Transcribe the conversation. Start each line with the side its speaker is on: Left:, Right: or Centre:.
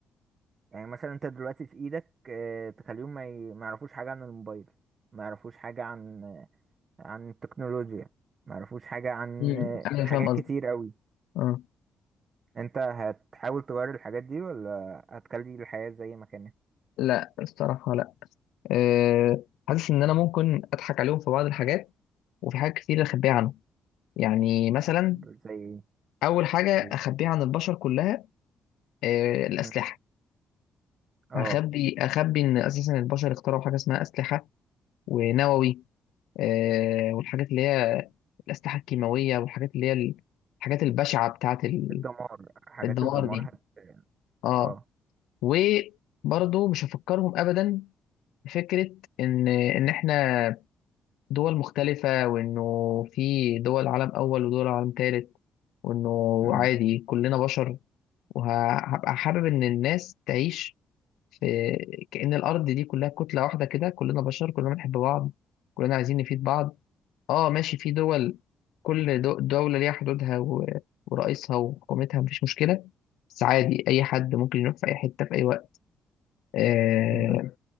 Right: يعني مثلا انت دلوقتي في ايدك آه، تخليهم ما ي- ما يعرفوش حاجة عن الموبايل ما يعرفوش حاجة عن عن التكنولوجيا ما يعرفوش حاجة عن
Left: مم،
Right: آه،
Left: أنا
Right: حاجات
Left: فاهم قصدي
Right: كتير قوي
Left: آه،
Right: انت هتحاول تغير الحاجات دي ولا هتخلي الحياة زي ما كانت
Left: لا الصراحة لا آه، حاسس ان انا ممكن اضحك عليهم في بعض الحاجات وفي حاجات كتير اخبيها عنهم يعني مثلا
Right: طب زي ايه
Left: اول حاجه
Right: و-
Left: اخبيها عن البشر كلها آه، الاسلحه
Right: مم. اه
Left: هخبي اخبي ان اساسا البشر اخترعوا حاجه اسمها اسلحه ونووي آه، والحاجات اللي هي الاسلحه الكيماويه والحاجات اللي هي ال- الحاجات البشعه بتاعه ال-
Right: الدمار حاجات
Left: الدمار
Right: الدمار
Left: دي
Right: هت...
Left: اه
Right: اه
Left: وبرضه مش هفكرهم ابدا بفكره ان ان احنا دول مختلفة وإنه في دول عالم أول ودول عالم تالت وإنه
Right: مم.
Left: عادي كلنا بشر وهبقى حابب إن الناس تعيش في كأن الأرض دي كلها كتلة واحدة كده كلنا بشر كلنا بنحب بعض كلنا عايزين نفيد بعض آه ماشي في دول كل دو- دولة ليها حدودها و- ورئيسها وحكومتها مفيش مشكلة بس عادي أي حد ممكن يروح في أي حتة في أي وقت آه
Right: بس